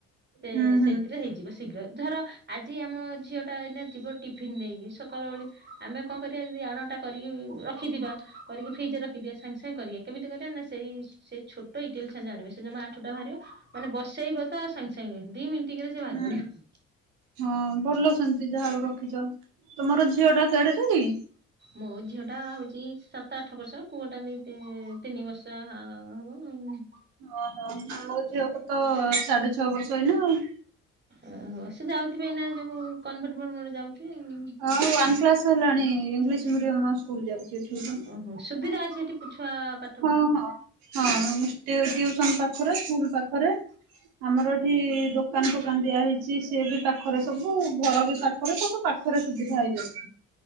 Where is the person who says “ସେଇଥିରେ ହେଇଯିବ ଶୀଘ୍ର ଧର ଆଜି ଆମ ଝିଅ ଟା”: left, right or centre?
Right